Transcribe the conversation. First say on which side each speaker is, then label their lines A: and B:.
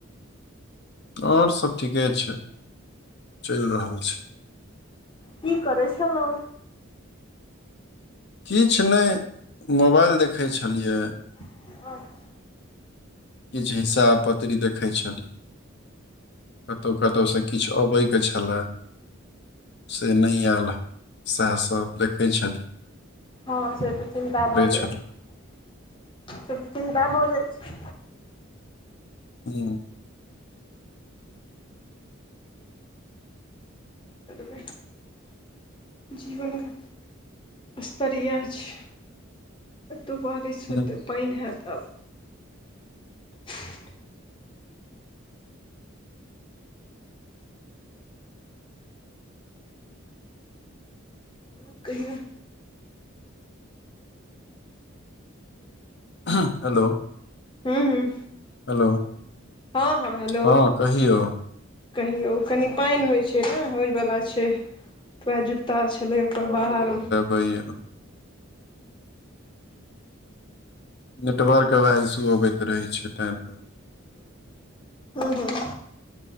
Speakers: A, on the left; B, on the left.
A: आओर सब ठीके छै, चलि रहल छै।
B: की करै छलहुँ।
A: किछ नईं, मोबाइल देखै छलियै।
B: <inaudible>
A: किछ हिस्साब पतरी देखै छलियै। कतहु कतहुसँ किछु अबैके छले। से नहि आयल सैह सभ देखै छलियै।
B: हँ से तऽ चिन्ता भऽ जाइ
A: छली,
B: छै, से तऽ चिन्ता भऽ जाइ छै।
A: हुं।
B: तब <inaudible> जीवन के स्तर यैह छै। एतऽ बारिश
A: हुँ,
B: हेतै, पानि हैत आब। <inaudible> आर कहियौ।
A: हेलो।
B: हुं हुं।
A: हेलो।
B: हँ हँ हेलो,
A: हँ कहियौ,
B: कहियौ कनि पानि होइ छै। छै ने होय वला छै, जूता छलै ओकर बाहर।
A: तइ <inaudible> नेटवर्क हवा इशू अबैत रहे छै तै दुआरे।
B: हुं हुं।